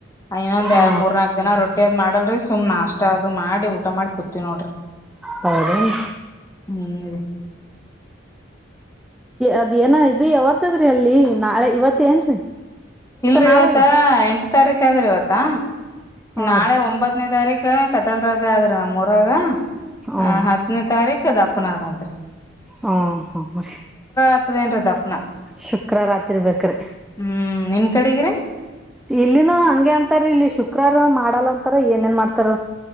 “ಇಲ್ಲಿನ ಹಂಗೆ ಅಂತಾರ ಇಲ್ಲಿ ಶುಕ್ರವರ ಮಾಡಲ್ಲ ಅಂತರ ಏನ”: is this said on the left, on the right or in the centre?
Centre